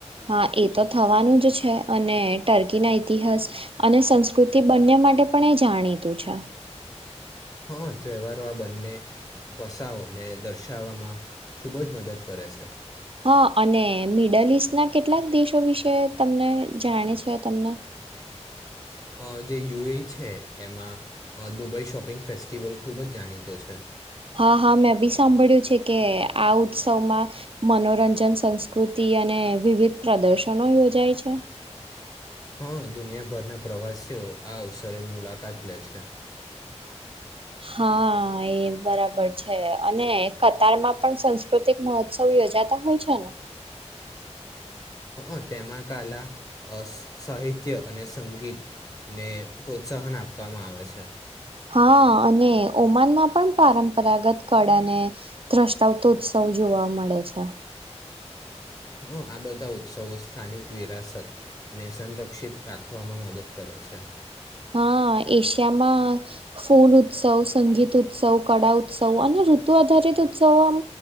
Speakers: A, on the right; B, on the left.
A: હા એ તો થવાનું જ છે અને ટર્કી ના ઇતિહાસ અને સંસ્કૃતિ બંને માટે પણ એ જાણીતું છે
B: હા તહેવારો આ બંને પસઓને દર્શાવવામાં ખુબ જ મદદ કરે છે
A: હા અને મિડલ ઈસ્ટના કેટલાક દેશો વિશે તમને જાણે છે તમને
B: અ જે યુ એ ઈ છે એમાં દુબઈ શોપિંગ ફેસ્ટિવલ ખૂબ જ જાણીતો છે.
A: હા હા મેં બી સાંભળ્યું છે કે, આ ઉત્સવમાં મનોરંજન સંસ્કૃતિ અને વિવિધ પ્રદર્શનો યોજાય છે.
B: હા દુનિયાભરના પ્રવાસીઓ આ અવસરે મુલાકાત લે છે.
A: હા એ બરાબર છે અને કતારમાં પણ સંસ્કૃતિક મહોત્સવ યોજાતા હોય છે ને?
B: હ તેમાં કલા સાહિત્ય અને સંગીત ને પ્રોત્સાહન આપવામાં આવે છે.
A: હા અને ઓમાનમાં પણ પરંપરાગત કળા ને દ્રષ્ટાવતો ઉત્સવ જોવા મળે છે.
B: હા આ બધા ઉત્સવો સ્થાનિક વિરાસતને, સંરક્ષિત રાખવામાં મદદ કરે છે.
A: હા એશિયામાં ફૂલ ઉત્સવ સંગીત ઉત્સવ કળા ઉત્સવ અને ઋતુ આધારિત ઉત્સવો આમ,